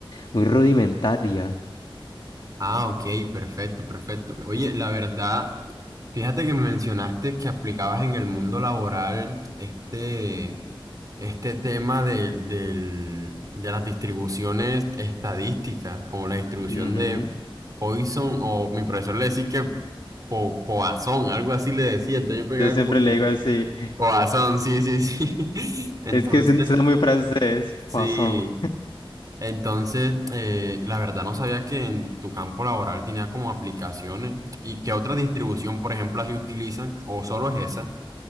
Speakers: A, on the left; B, on the right.
A: muy rudimentaria.
B: Ah, ok, perfecto, perfecto. Oye, la verdad, fíjate que me mencionaste que aplicabas en el mundo laboral este, este tema de, del- de las distribuciones estadísticas, como la distribución
A: Ujú.
B: de Poisson, o mi profesor le decía que po- Poisson, algo así le decía, entonces yo pegaba
A: Yo siempre
B: como
A: le
B: que
A: digo así,
B: Boazón, sí, sí, sí. <laughs> Entonces,
A: es que suena suena muy francés,
B: sí.
A: Poisson.
B: Entonces, eh, la verdad no sabía que en tu campo laboral tenía como aplicaciones y qué otra distribución, por ejemplo, así utilizan o solo es esa.